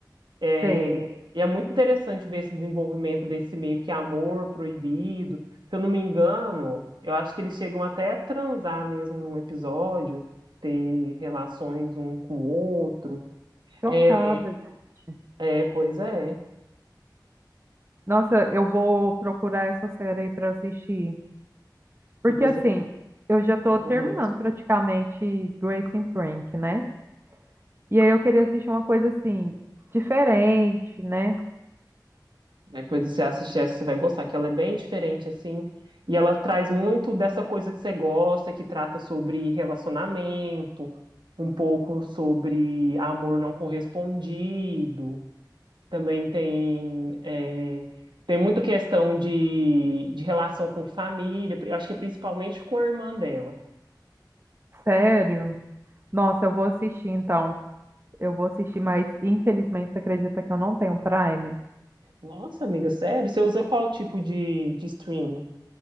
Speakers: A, on the right (about 80°); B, on the right (about 30°).
A: É,
B: Sei,
A: e é muito interessante ver esse desenvolvimento desse meio que amor proibido. Se eu não me engano, eu acho que eles chegam até a transar mesmo num episódio, ter relações um com o outro.
B: chocada,
A: É,
B: gente.
A: é, pois é.
B: Nossa, eu vou procurar essa série aí pra assistir. Porque
A: Depois
B: assim,
A: você
B: eu já tô
A: procura
B: terminando
A: mesmo.
B: praticamente Grace and Frank, né? E aí eu queria assistir uma coisa assim, diferente, né?
A: É coisa que você assistir essa, você vai gostar, que ela é bem diferente, assim, e ela traz muito dessa coisa que você gosta, que trata sobre relacionamento, um pouco sobre amor não correspondido, também tem, é, tem muita questão de, de relação com família, pri- acho que principalmente com a irmã dela.
B: Sério. Nossa, eu vou assistir então. Eu vou assistir, mas infelizmente você acredita que eu não tenho Prime?
A: Nossa, amiga, sério? Você usa qual tipo de, de streaming?